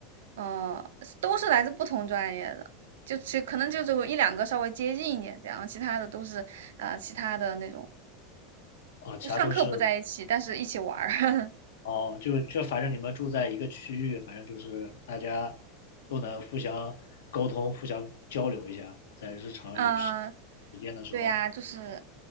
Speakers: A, on the right (about 80°); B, on the left (about 85°).
A: 呃，都是来自不同专业的。就其可能就只有一两个稍微接近一点这样，其他的都是呃其他的那种，
B: 啊，其他都是
A: 就上课不在一起，但是一起玩儿，<laughs>
B: 哦，就就反正你们住在一个区域，反正就是大家都能互相沟通、互相交流一下，在日常有时
A: 啊，
B: 时间的时候，
A: 对呀、就是